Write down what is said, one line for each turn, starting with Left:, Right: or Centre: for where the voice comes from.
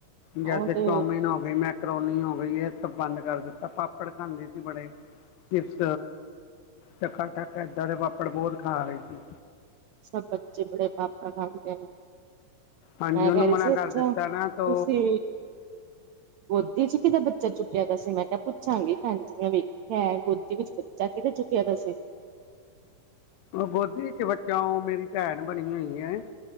Right: ਉਹ
Left: ਜੈਸੇ
Right: ਤੇ
Left: ਹੋ ਗੀ ਮੈਕਰੋਨੀ ਹੋ ਗੀ, ਐ ਸਭ ਬੰਦ ਕਰ ਦਿੱਤਾ, ਪਾਪੜ ਖਾਂਦੀ ਸੀ ਬੜੇ। ਚਿਪਸ, ਟੱਕਾ-ਟੱਕ ਏਦਾਂ ਦੇ ਪਾਪੜ ਬੋਤ ਖਾ ਰੀ ਸੀ।
Right: ਸਭ ਬੱਚੇ ਬੜੇ ਪਾਪੜ ਖਾਦੇ ਨੇ।
Left: ਹਾਂਜੀ
Right: ਮੈਂ
Left: ਉਹਨੂੰ
Right: ਕਹ ਰੀ
Left: ਮਨਾ
Right: ਸੀ ਅੱਛਾ,
Left: ਕਰ ਦਿੱਤਾ
Right: ਤੁਸੀ
Left: ਨਾ ਤੋ
Right: ਗੋਦੀ 'ਚ ਕਿਦਾ ਬੱਚਾ ਚੁੱਕ ਚੁੱਕਿਆ ਦਾ ਸੀ ਮੈਂ ਕਯਾ ਪੁੱਛਾਂਗੀ ਭੈਣ ਜੀ ਨੁ ਮੈਂ ਵੇਖਿਆ ਗੋਦੀ ਵਿੱਚ ਬੱਚਾ ਕਿਦਾ ਚੁੱਕਿਆ ਦਾ ਸੀ।
Left: ਓ ਗੋਦੀ 'ਚ ਬੱਚਾ, ਓ ਮੇਰੀ ਪੈਣ ਬਣੀ ਹੋਈ ਏ,